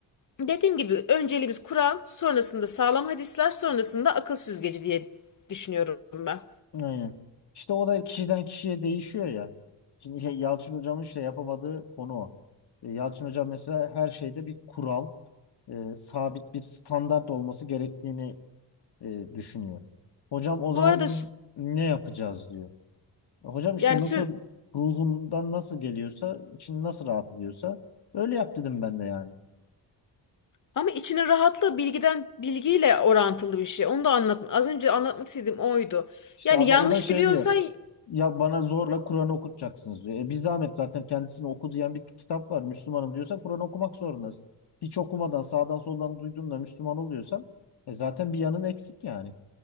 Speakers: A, on the left; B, on the left.
A: dediğim gibi önceliğimiz Kur'an, sonrasında sağlam hadisler, sonrasında akıl süzgeci diye düşünüyorum ben.
B: aynen. İşte o da kişiden kişiye değişiyor ya. Şimdi Ye- Yalçın Hocam'ın şey yapamadığı konu o. E, Yalçın Hocam mesela her şeyde bir kural, e, sabit bir standart olması gerektiğini e, düşünüyor. Hocam o zaman
A: Bu arada
B: biz
A: sü-
B: ne yapacağız diyor. Hocam
A: yani
B: işte nasıl
A: sür
B: ruhundan nasıl geliyorsa, için nasıl rahat ediyorsa öyle yap dedim ben de yani.
A: Ama içinin rahatlığı bilgiden bilgiyle orantılı bir şey. Onu da anlatma. Az önce anlatmak istediğim oydu.
B: İşte
A: Yani
B: ada-
A: yanlış
B: o da şey
A: biliyorsan
B: diyor. Ya bana zorla Kur'an okutacaksınız diyor. E bir zahmet zaten kendisini oku diyen bir kitap var. Müslümanım diyorsa Kur'an okumak zorundasın. Hiç okumadan sağdan soldan duyduğunla Müslüman oluyorsan e zaten bir yanın eksik yani.